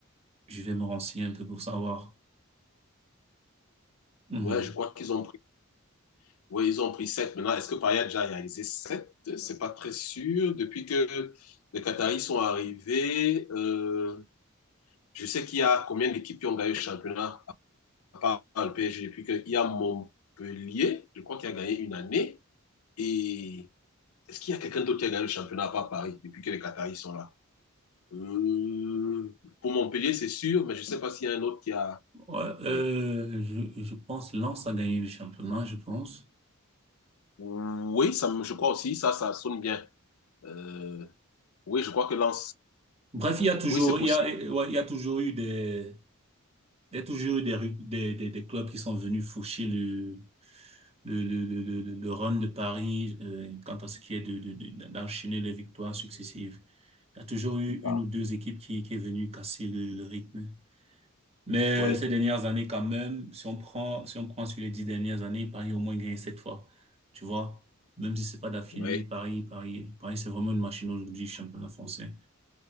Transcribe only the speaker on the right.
je vais me renseigner un peu pour savoir. Mhm.
Ouais, euh,
je, je pense Lens a gagné le championnat, je pense.
Bref, il y a toujours,
il y a, ouais, il y a toujours eu des, Il y a toujours eu des, ru- des, des, des clubs qui sont venus faucher le, le, le, le, le, le- le run de Paris euh, quant à ce qui est de, de, de- d'enchaîner les victoires successives. Il y a toujours eu
une ou deux équipes qui, qui est venue casser le, le rythme. Mais
euh, ces dernières années, quand même, si on prend, si on prend sur les dix dernières années, Paris a au moins gagné sept fois. Tu vois? Même si c'est pas d'affilée,
Paris, Paris, Paris, c'est vraiment une machine aujourd'hui, championnat français.